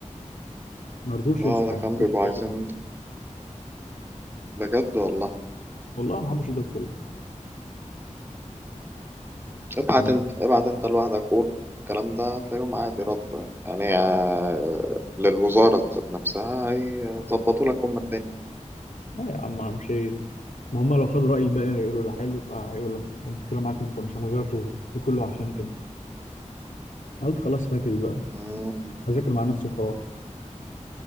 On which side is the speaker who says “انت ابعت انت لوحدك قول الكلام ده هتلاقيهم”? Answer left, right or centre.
Right